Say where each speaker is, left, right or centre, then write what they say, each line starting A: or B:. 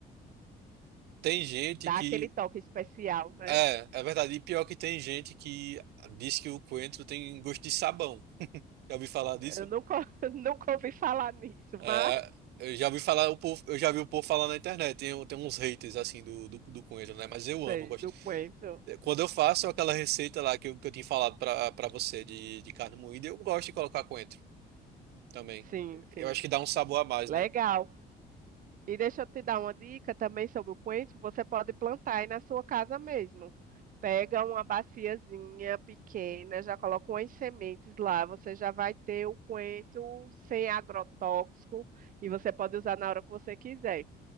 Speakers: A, on the right (about 75°); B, on the right (about 55°).
A: Tem gente
B: Dá
A: que...
B: aquele toque especial, né?
A: É, é verdade, e pior que tem gente que diz que o coentro tem gosto de sabão. Já ouvi falar disso?
B: Eu nunca, <laughs> nunca ouvi falar nisso, mas
A: É, eu já vi falar o povo, eu já vi o povo falar na internet, tem, tem uns haters assim do, do, do coentro, né? Mas
B: <laughs>
A: eu
B: sei,
A: amo, eu gosto
B: do coentro.
A: Quando eu faço aquela receita lá que eu, que eu tinha falado pra, pra você de, de carne moída, eu gosto de colocar coentro também.
B: Sim, sim.
A: Eu acho que dá um sabor a mais,
B: Legal.
A: né?
B: E deixa eu te dar uma dica também sobre o coentro. Você pode plantar aí na sua casa mesmo. Pega uma baciazinha pequena, já coloca umas sementes lá. Você já vai ter o coentro sem agrotóxico e você pode usar na hora que você quiser.